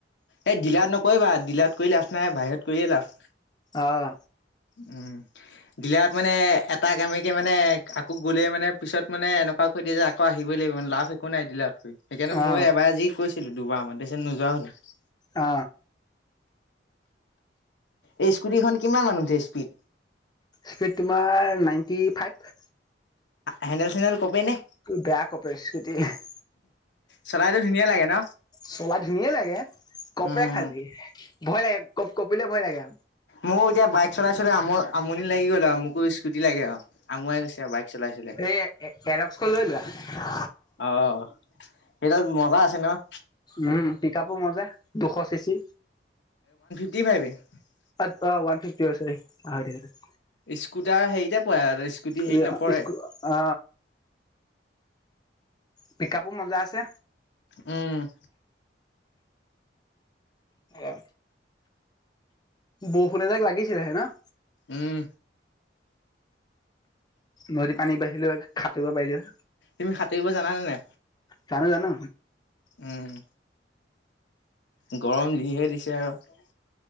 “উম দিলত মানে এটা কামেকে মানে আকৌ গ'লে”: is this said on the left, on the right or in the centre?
Left